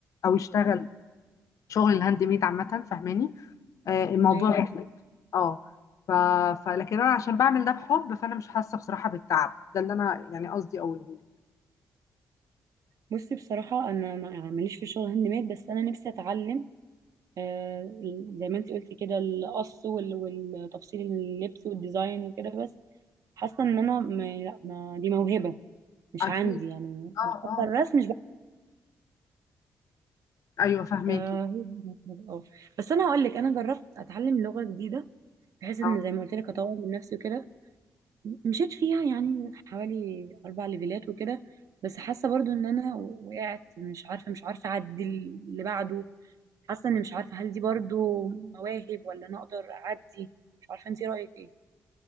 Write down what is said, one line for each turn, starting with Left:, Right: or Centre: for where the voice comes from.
Left: أو يشتغل شغل الهاند ميد عامة فاهماني آه، الموضوع
Right: ايوه
Left: فاهم. مختلف اه ف... ف... لكن انا عشان بعمل ده بحب فانا مش حاسه بصراحه بالتعب ده اللي انا يعني قصدي اقوله لك
Right: بصي بصراحة أنا ما- يعني ماليش في الشغل هاند ميد بس أنا نفسي أتعلم آه ال- زي ما أنت قلتي كده القص وال- والتفصيل اللبس والديزاين وكده بس حاسة إن أنا ما لا ما دي موهبة مش
Left: اكيد
Right: عندي يعني
Left: اه
Right: وحتى
Left: اه
Right: الرسم مش
Left: ايوه فهماكي
Right: فهو اه بس انا هقول لك انا جربت اتعلم لغه جديده بحيث ان
Left: اه
Right: زي ما قلت لك اطور من نفسي وكده مشيت فيها يعني حوالي اربع ليفلات وكده بس حاسه برضو ان انا وقعت مش عارفه مش عارفه اعدي اللي بعده حاسه اني مش عارفه هل دي برضو مواهب ولا انا اقدر اعدي مش عارفه انت رايك ايه